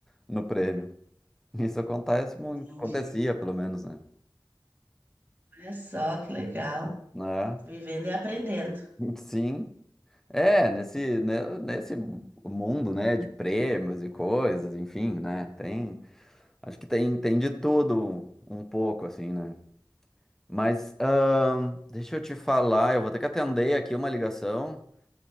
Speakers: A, in the centre; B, on the right.
A: no prêmio. <laughs> Isso acontece muito,
B: Entendi.
A: acontecia pelo menos, né?
B: Olha só que legal.
A: Né?
B: Vivendo e aprendendo.
A: <laughs> Sim. É, nesse, né, nesse mundo, né, de prêmios e coisas, enfim, né? Tem, acho que tem, tem de tudo um um pouco, assim, né? Mas, ahn, deixa eu te falar, eu vou ter que atender aqui uma ligação. A